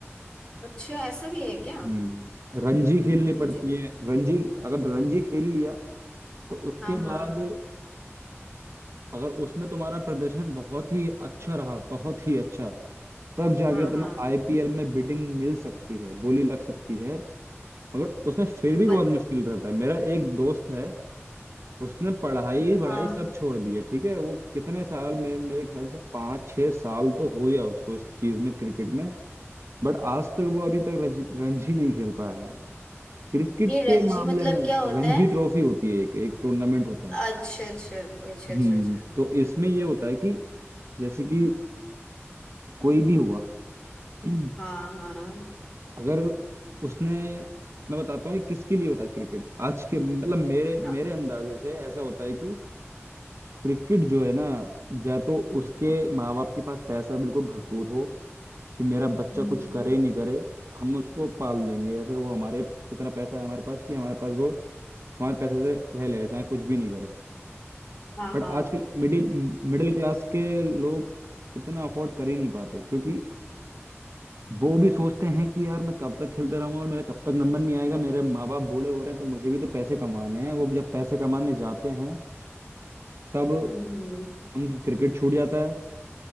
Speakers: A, on the left (about 20°); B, on the right (about 65°).
A: अच्छा ऐसा भी है क्या
B: हम्म रणजी खेलनी
A: मुझे
B: पड़ती है रणजी अगर रणजी खेल लिया तो उसके
A: हाँ हाँ
B: बाद अगर उसमें तुम्हारा प्रदर्शन बहुत ही अच्छा रहा बहुत ही अच्छा तब जाके
A: हाँ
B: तुम्हें
A: हाँ
B: आईपीएल में बिडिंग मिल सकती है बोली लग सकती है मगर उसमें फिर भी
A: मत
B: बहुत मुश्किल रहता है मेरा एक दोस्त है उसने पढ़ाई वढ़ाई
A: हाँ
B: सब छोड़ दी है ठीक है वो कितने साल में मेरे ख्याल से पाँच छह साल तो हो गया उसको इस चीज में क्रिकेट में बट आज तक वो अभी तक रज- रणजी नहीं खेल पाया है क्रिकेट
A: ये
B: के
A: रणजी
B: मामले
A: मतलब
B: में
A: क्या होता
B: रणजी
A: है
B: ट्रॉफी होती है एक एक टूर्नामेंट होता है
A: अच्छा अच्छा अच्छा
B: हम्म
A: अच्छा अच्छा अच्छा।
B: तो इसमें ये होता है कि जैसे कि कोई भी हुआ <clears throat>
A: हाँ हाँ
B: अगर उसने मैं बताता हूँ ये किसके लिए होता है क्रिकेट आज के मतलब मेरे मेरे
A: हाँ
B: अंदाजे से ऐसा होता है कि क्रिकेट जो है ना या तो उसके माँ बाप के पास पैसा बिल्कुल भरपूर हो कि मेरा बच्चा
A: हम्म
B: कुछ करे नहीं करे हम उसको पाल देंगे या फिर वो हमारे इतना पैसा है हमारे पास कि हमारे पास वो हमारे पैसे से रह लेगा चाहे कुछ भी नहीं करे
A: हाँ
B: बट
A: हाँ
B: आजकल मिडिल मिडिल क्लास के लोग इतना अफोर्ड कर ही नहीं पाते क्योंकि वो भी सोचते हैं कि यार मैं कब तक खेलते रहूंगा और मेरा कब तक नंबर नहीं आएगा मेरे माँ बाप बूढ़े हो रहे हैं तो मुझे भी तो पैसे कमाने हैं वो जब पैसे कमाने जाते हैं तब
A: हम्म हम्म
B: उनकी क्रिकेट छूट जाता है